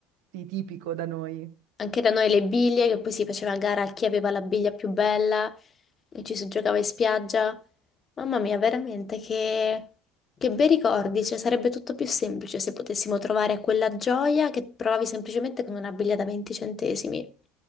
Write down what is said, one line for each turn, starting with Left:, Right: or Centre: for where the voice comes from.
Right: sì, tipico da noi.
Left: anche da noi le biglie, che poi si faceva a gara a chi aveva la biglia più bella e ci si giocava in spiaggia. Mamma mia, veramente che, che bei ricordi, cioè sarebbe tutto più semplice se potessimo trovare quella gioia che provavi semplicemente con una biglia da 20 centesimi.